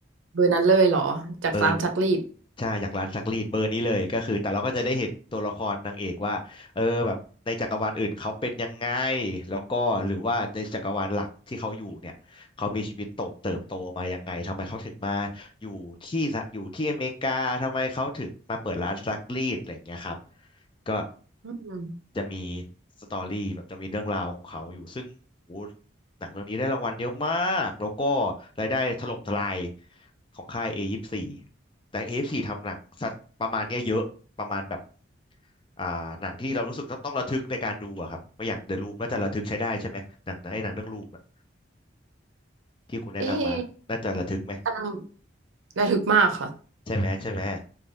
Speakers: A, on the right; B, on the left.
A: เบอร์นั้นเลยเหรอจากร้านซักรีด
B: เบอร์นใช่อยากร้านซักรีดเบอร์นี้เลยก็คือแต่เราก็จะได้เห็นตัวละครนางเอกว่าเออแบบในจักรวาลอื่นเขาเป็นยังไงแล้วก็หรือว่าในจักรวาลหลักที่เขาอยู่เนี่ยเขามีชีวิตโตเติบโตมายังไงทำไมเขาถึงมาอยู่ที่สหอยู่ที่อเมริกาทำไมเขาถึงมาเปิดร้านซักรีดอะไรอย่างเงี้ยครับก็
A: อืม
B: จะมีสตอรี่แบบจะมีเรื่องราวของเขาอยู่ซึ่งโอ้ หนังเรื่องนี้ได้รางวัลเยอะมาก แล้วก็รายได้ถล่มทลายของค่าย A24 แต่ A24 ทำหนังสัตว์ประมาณเนี้ยเยอะประมาณแบบอ่าหนังที่เรารู้สึกต้องต้องระทึกในการดูอะครับไม่อย่าง The Room น่าจะระทึกใช้ได้ใช่ไหมหนังหนังไอ้หนังเรื่อง Room อะที่คุณแนะนำมาน่าจะระทึกไหม
A: เอ๊ะกำลังระทึกมากค่ะ
B: ใช่ไหมใช่ไหม